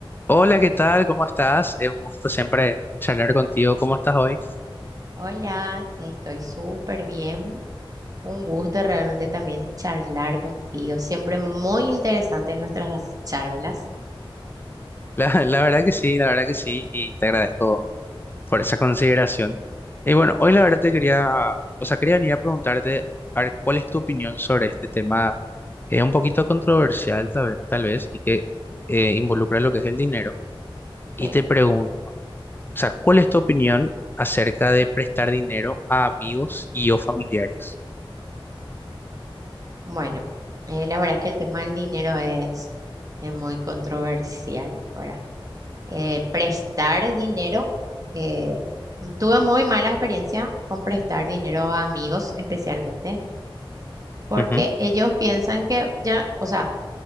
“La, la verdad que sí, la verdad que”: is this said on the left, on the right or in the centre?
Left